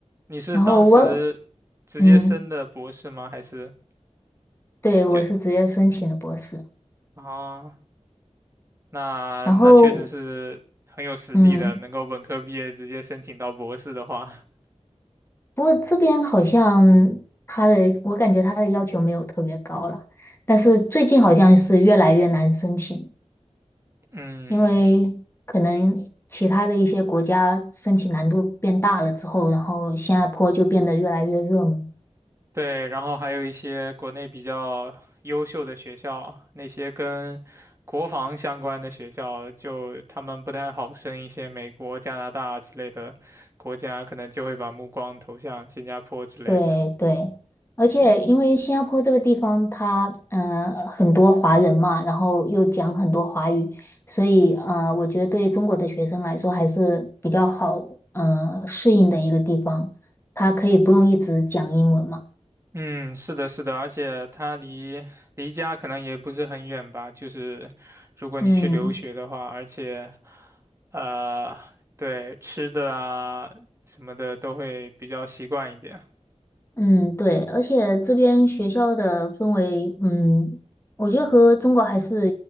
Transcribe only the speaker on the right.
你是当时直接升的博士吗？
还是
就啊？那那确实是很有实力的，
能够本科毕业直接申请到博士的话，
<laughs> 嗯，
对，然后还有一些国内比较优秀的学校，那些跟国防相关的学校，就他们不太好升一些美国、加拿大之类的国家，可能就会把目光投向新加坡之类的。
嗯，是的，是的，而且它离离家可能也不是很远吧，就是如果你去留学的话，
而且，呃，对，吃的啊什么的都会比较习惯一点。